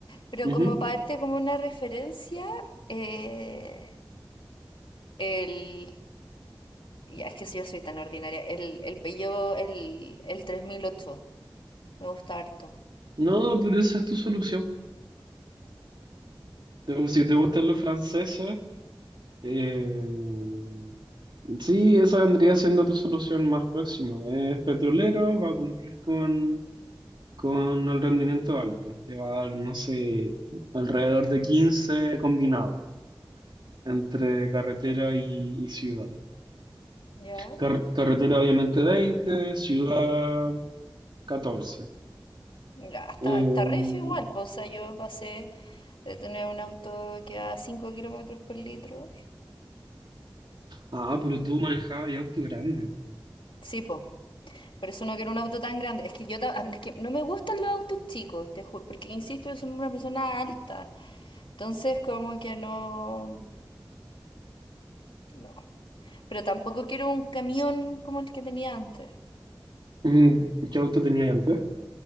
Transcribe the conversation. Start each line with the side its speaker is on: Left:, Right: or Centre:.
Left: Pero
Right: Ujú.
Left: como parte, como una referencia, eh, el... Ya, es que si yo soy tan ordinaria. El, el Peugeot, el, el tres mil ocho Me gusta harto.
Right: No, pero esa es tu solución. Te- Si te gustan los franceses, eh, sí, esa vendría siendo tu solución más próxima. Es petrolero, va a cumplir con, con el rendimiento alto. Te va a dar, no sé, alrededor de 15 combinado entre carretera y, y ciudad.
Left: Ya.
Right: Car- carretera obviamente veinte ciudad catorce
Left: Ya, está,
Right: Eh,
Left: está regio igual, pues, o sea, yo pasé de tener un auto que a 5 kilómetros por litro.
Right: ah, pero tú manejabas y auto grande.
Left: Sí, pues, por eso no quiero un auto tan grande. Es que yo ta- es que no me gustan los autos chicos, te juro, porque insisto, yo soy una persona alta. Entonces, como que no, no. Pero tampoco quiero un camión como el que tenía antes,
Right: Mm, ¿Qué auto tenías antes?